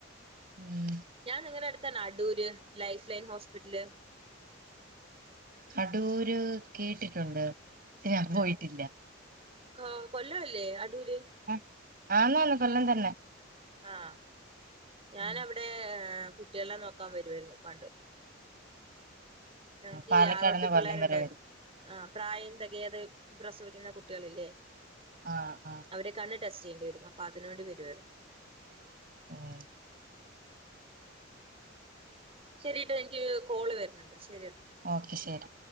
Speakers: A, on the right (about 50°); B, on the right (about 30°).
A: ഉം
B: ഞാൻ നിങ്ങടെ അടുത്തെന്നാ Adoor life line hospital
A: Adoor കേട്ടിട്ടുണ്ട് ഞാൻ പോയിട്ടില്ല
B: ആഹ് കൊ കൊല്ല അല്ലേ അടൂര്?
A: അ ആന്നന്ന് കൊല്ലം തന്നെ
B: ആഹ് ഞാനവിടെ
A: ഉം
B: അ കുട്ട്യളെ നോക്കാൻ വരുവായിരുന്നു പണ്ട് എൻക്കി
A: പാലക്കാട്ന്ന്
B: ഈ ആറോപ്പി പിള്ളേരുണ്ടാരുന്നു
A: കൊല്ലം വരെ വരും
B: ആഹ് പ്രായം തികയാത് പ്രസവിക്കുന്ന കുട്ടികളില്ലേ
A: ആഹ് ആഹ്
B: അവരെ കണ്ണ് ടെസ്റ്റ് ചെയ്യണ്ടി വരും അപ്പോ അതിനു വേണ്ടി വരുവാരുന്നു
A: ആഹ്
B: ഉം ശരിട്ടോ എനിക്ക് കോള് വരുന്നുണ്ട് ശരിയെന്നാ
A: ഓക്കെ ശരി